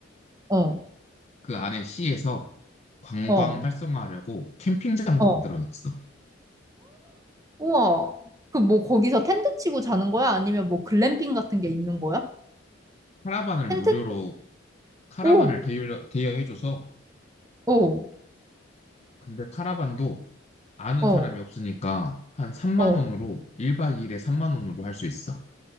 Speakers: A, on the right; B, on the left.
A: 어,
B: 그 안에 시에서 관광
A: 어,
B: 활성화하려고 캠핑장도
A: 어,
B: 만들어놨어.
A: 우와. 그 뭐 거기서 텐트 치고 자는 거야? 아니면 뭐 글램핑 같은 게 있는 거야?
B: 카라반을
A: 텐트?
B: 무료로 카라반을
A: 오,
B: 대여, 대여해줘서
A: 오,
B: 근데 카라반도 아는
A: 어,
B: 사람이 없으니까 한 3만
A: 어.
B: 원으로 1박 2일에 3만 원으로 할 수 있어.